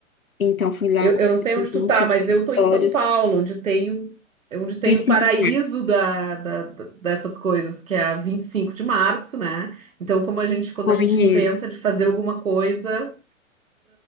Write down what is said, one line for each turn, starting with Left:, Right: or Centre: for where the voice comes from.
Left: Então fui lá,
Right: Eu,
Left: comprei
Right: eu não sei onde tu
Left: um
Right: tá,
Left: monte
Right: mas
Left: de acessórios,
Right: eu tô em São Paulo, onde tem o, é onde tem
Left: vinte
Right: o
Left: e cinco
Right: paraíso
Left: de
Right: da, da- da- dessas coisas, que é a vinte e cinco de março, né? Então, como a gente, quando
Left: maio,
Right: a gente
Left: conheço.
Right: inventa de fazer alguma coisa,